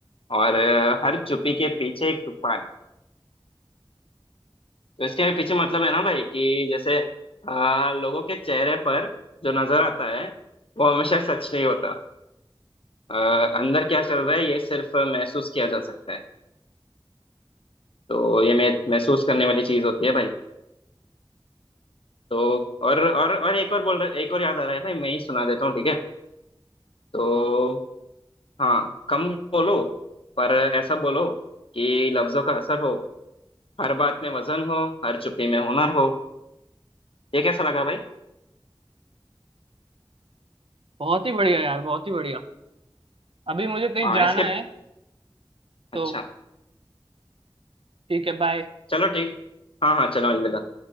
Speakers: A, on the left; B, on the right.
A: और अ, हर चुप्पी के पीछे एक तूफान तो इसके पीछे मतलब है ना भाई कि जैसे अ, लोगों के चेहरे पर जो नजर आता है वो हमेशा सच नहीं होता अ, अंदर क्या चल रहा है ये सिर्फ महसूस किया जा सकता है तो ये मे- महसूस करने वाली चीज होती है भाई तो और और और एक और बोल रहे एक और याद आ रहा है भाई मैं ही सुना देता हूँ ठीक है तो हाँ कम बोलो पर ऐसा बोलो कि लफ्जों का असर हो हर बात में वजन हो हर चुप्पी में हुनर हो ये कैसा लगा भाई
B: बहुत ही बढ़िया यार बहुत ही बढ़िया अभी मुझे कहीं
A: हाँ
B: जाना
A: इसके
B: है तो
A: अच्छा
B: ठीक है बाय
A: चलो ठीक हाँ हाँ चलो अलविदा